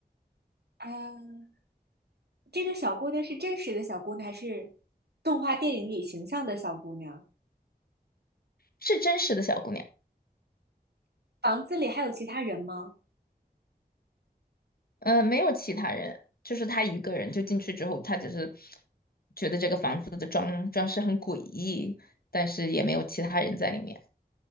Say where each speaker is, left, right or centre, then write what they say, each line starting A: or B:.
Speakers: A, on the right; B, on the left.
A: 啊，这个小姑娘是真实的小姑娘，还是动画电影里形象的小姑娘？
B: 是真实的小姑娘。
A: 房子里还有其他人吗？
B: 呃，没有其他人，就是他一个人就进去之后，他只是觉得这个房子的装装饰很诡异，但是也没有其他人在里面。